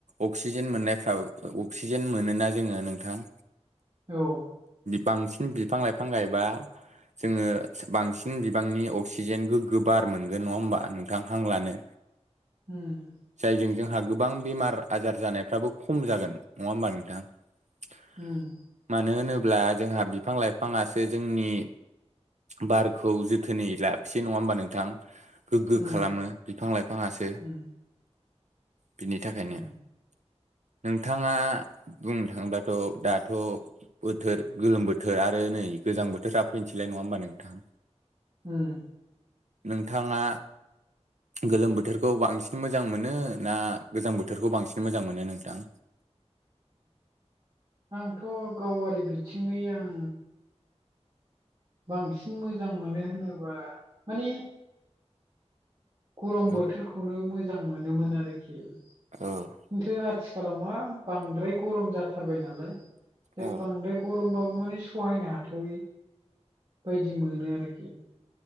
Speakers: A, on the right (about 80°); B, on the right (about 40°).
A: अक्सिजेन मोननायफ्राब अक्सिजेन मोन ना जोंङो नोंथां
B: औ
A: बांसिन बिफां लाइफां गायबा जोंङो बांसिन बिबांनि अक्सिजेन गो गोबार मोनगोन नङा होमबा नोंथां हांलानो
B: ओम ।
A: जायजों जोंहा गोबां बेमार आजार जानायफ्राबो खम जागोन नङा होमबा नोंथाङा
B: होम
A: मानो होनोब्ला जोंहा बिफां लाइफाङासो जोंनि बारखौ जोथोनै लािसै नङा होमबानो नोंथां गोग्गो
B: उम
A: खालामो बिफां लाइफाङासो
B: उम
A: बिनि थाखायनो
B: उम
A: नोंथाङा बुंनो थाङोबथ' दाथ बोथोर गोलोम बोथोर आरो नै गोजां बोथोरा फैनोसैलाय नंङा होमबा नोंथां
B: ओम ।
A: नोंथांङा गोलोम बोथोरखौ बांसिन मोजां मोनो ना गोजां बोथोरखौ बांसिन मोजां मोनो नोंथां
B: आंथ‌ गावारि बिथिङै आं बांसिन मोजां मोनो होनोबा माने गरम
A: औ
B: बोथोरखौनो मोजां मोनोमोन आरोखि
A: औ ।
B: खिन्थु आथिखालाव मा बांद्राय गरम जाथारबाय नालाय । द
A: औ
B: बांद्राय गरमबाबो माने सहायनो हाथावै बायदि मोनो आरोखि